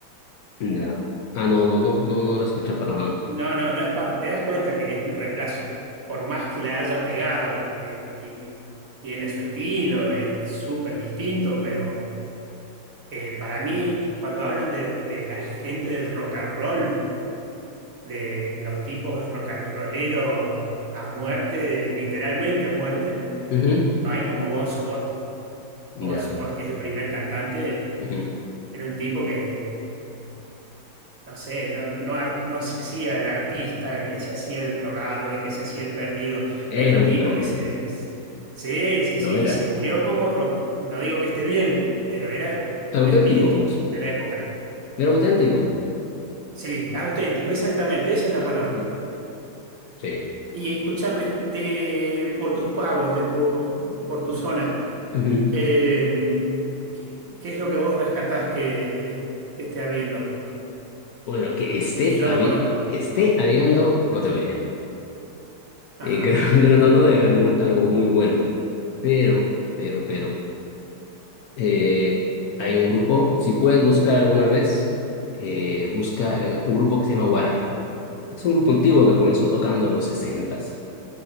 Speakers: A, on the left (about 80°); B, on the right (about 45°).
A: ya. Ah, no, no, no, no, no lo escuché para nada.
B: No, no, no es parte. Te das cuenta que es un reemplazo. Por más que la haya pegado eh, y tiene su estilo, es súper distinto, pero eh, para mí, cuando hablan de, de la gente del rock and roll, de los tipos rock and rolleros a muerte, literalmente a muerte,
A: Ujú,
B: no hay como Bon Scott. Bon
A: ya,
B: Scott, que es el primer cantante,
A: ujú.
B: era un tipo que no sé, no, no, no ar- no se hacía el artista, el que se hacía el drogado, el que se hacía el perdido.
A: Era
B: Era un
A: un
B: tipo
A: perdido,
B: que se... Sí, sí,
A: lo
B: sí, y
A: era.
B: se murió como rock. No digo que esté bien, pero era un
A: Auténtico,
B: espíritu
A: pues.
B: de la época.
A: Pero auténtico.
B: Sí, auténtico, exactamente, esa es la palabra.
A: Ujú, Sí.
B: Y escúchame, de, por tus pagos, de, po- por, tu zona,
A: Ujú.
B: eh, ¿qué, qué es lo que vos rescatás que, que esté habiendo?
A: Bueno, que esté,
B: Que Yo
A: habi-
B: no conozco.
A: que esté habiendo, no tengo idea.
B: Ajá.
A: Eh, <laughs> creo que no no debe haber algo algo muy bueno. Pero, pero, pero, eh, hay un grupo, si puedes buscar alguna vez, eh, busca eh, un grupo que se llama Guara. Es un grupo antiguo que comenzó tocando en los sesentas